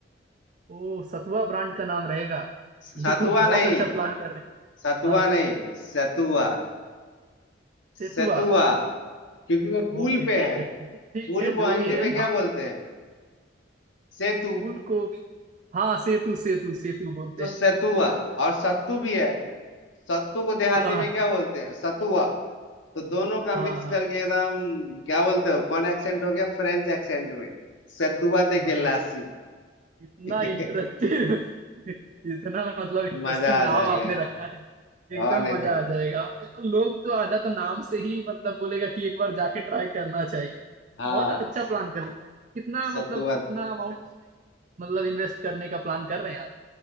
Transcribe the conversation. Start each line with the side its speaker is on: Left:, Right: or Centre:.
Right: ओ सतुआ ब्रांड का नाम रहेगा ये
Left: सतुआ
Right: तो बहुत
Left: नहीं
Right: अच्छा प्लान कर रहे
Left: सतुआ
Right: हैं हाँ
Left: नहीं सतुआ सतुआ
Right: सेतुआ
Left: क्योंकि वो पुल
Right: ओके
Left: पे
Right: ठीक
Left: है
Right: है ठीक है ठीक
Left: पुल
Right: है
Left: को
Right: जो
Left: हिंदी
Right: भी है
Left: में
Right: नाम
Left: क्या बोलते हैं सेतु
Right: फूल को हाँ सेतु सेतु सेतु बोलते
Left: तो
Right: हैं
Left: सतुआ और सत्तू भी है सत्तू को देहाती
Right: हाँ
Left: में क्या बोलते हैं सतुआ तो दोनों का
Right: हाँ
Left: मिक्स
Right: हाँ
Left: करके एकदम क्या बोलते हो कौन एक्सेंट हो गया फ्रेंच एक्सेंट में सतुआ दे गिलासी
Right: अरे इतना
Left: <laughs>
Right: इंटरेक्टिव <laughs> इतना मतलब इंटरेस्टिंग
Left: मजा
Right: नाम
Left: आ जाएगा
Right: आपने
Left: यार
Right: रखा है एकदम
Left: और नहीं
Right: मजा
Left: तो क्या
Right: आ जाएगा आपको तो लोग तो आधा तो नाम से ही मतलब बोलेगा कि एक बार जाके ट्राई करना चाहिए
Left: हाँ
Right: बहुत अच्छा प्लान कर रहे हैं कितना
Left: सतुआ
Right: मतलब कितना अमाउंट उसमें मतलब इन्वेस्ट करने का प्लान कर रहे हैं आप